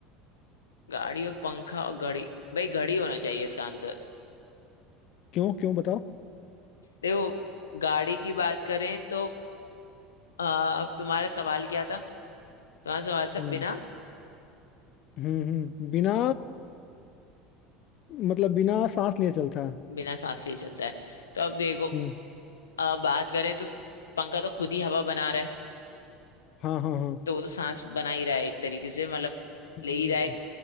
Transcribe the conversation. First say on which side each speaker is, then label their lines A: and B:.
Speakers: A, on the left; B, on the left.
A: गाड़ी और पंखा और घड़ी भाई घड़ी होना चाहिए इसका आंसर
B: क्यों क्यों बताओ
A: देखो गाड़ी की बात करें तो अ, अब तुम्हारा सवाल क्या था तुम्हारा सवाल था
B: हम्म
A: बिना
B: हम्म हम्म बिना मतलब बिना सांस लिए चलता है
A: बिना सांस लिए चलता है तो अब देखो
B: हम्म
A: अ, बात करें तो पंखा तो खुद ही हवा बना रहा है
B: हाँ हाँ हाँ
A: तो वो तो सांस बना ही रहा है एक तरीके से मतलब
B: बिल्कुल,
A: ले ही
B: बिल्कुल।
A: रहा है